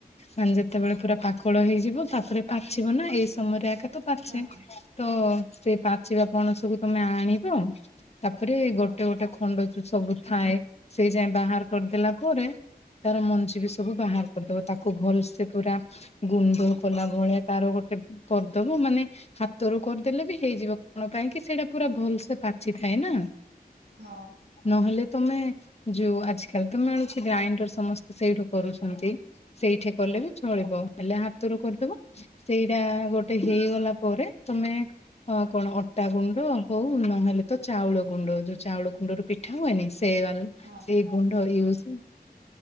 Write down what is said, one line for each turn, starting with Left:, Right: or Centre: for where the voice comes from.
Left: ମାନେ ଯେତେବେଳେ ପୁରା ପାଖ ଫଳ ହେଇଯିବ। ତାପରେ ପାଚିବ ନା। ଏଇ ସମୟରେ ଆଗ ତ ପାଚେ।
Right: ହଁ ହଁ
Left: ତ ସେ ପାଚିବା ପଣସକୁୁ ତମେ ଆଣିବ, ତାପରେ
Right: ହଁ
Left: ଗୋଟେ ଗୋଟେ ଖଣ୍ଡ ଯୋଉ ସବୁ ଥାଏ, ସେଇ ଯାଏ ବାହାର କରିଦେଲା ପରେ ତାର ମଞ୍ଜି ବି ସବୁ ବାହାର କରିଦବ, ତାକୁ ଭଲସେ ପୁରା ଗୁଣ୍ଡ କଲା ଭଳିଆ ତାର ଗୋଟେ କରିଦବ, ମାନେ ହାତ ରୁ କରିଦେଲେ ବି ହେଇଯିବ କଣ ପାଇଁ କି ସେଇଟା ପୁରା ଭଲ ସେ ପାଚିଥାଏ ନା।
Right: ହଁ।
Left: ନହେଲେ ତମେ, ଯୋଉ ଆଜିକାଲି ତ ମିଳୁଛି ଗ୍ରାଇଣ୍ଡର ସମସ୍ତେ ସେଇଠୁ କରୁଛନ୍ତି। ସେଇଠି କଲେ
Right: ହଁ
Left: ବି ଚଳିବ। ହେଲେ ହାତ ର କରିଦବ। ସେଇଟା ଗୋଟେ ହେଇଗଲା ପରେ ତମେ ହଁ କଣ ଅଟା ଗୁଣ୍ଡ ହଉ ନହେଲେ ତ ଚାଉଳ ଗୁଣ୍ଡ ଯୋଉ ଚାଉଳ ଗୁଣ୍ଡରୁ ପିଠା ହୁଏନି ସେ
Right: ହଁ।
Left: ଏ ଗୁଣ୍ଡ ୟୁଜ